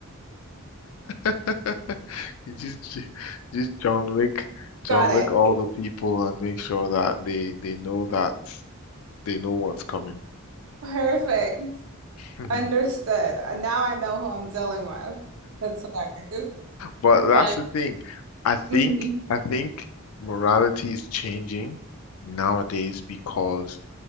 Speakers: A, on the left; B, on the right.
A: <laughs> <laughs> You just just John Wick, John
B: Got
A: Wick
B: it.
A: all the people and make sure that they they know that they know what's coming.
B: <laughs> Perfect.
A: <laughs>
B: Understood. Uh, Now I know who I'm dealing with. That's hilarious.
A: But
B: But
A: that's the thing. I think
B: Mhm.
A: I think morality is changing nowadays because